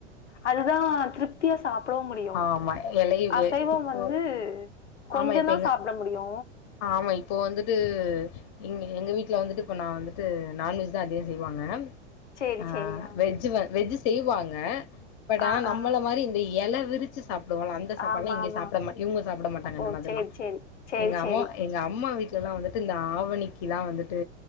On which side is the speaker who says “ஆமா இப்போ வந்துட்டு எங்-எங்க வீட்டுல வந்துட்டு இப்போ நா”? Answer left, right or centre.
Left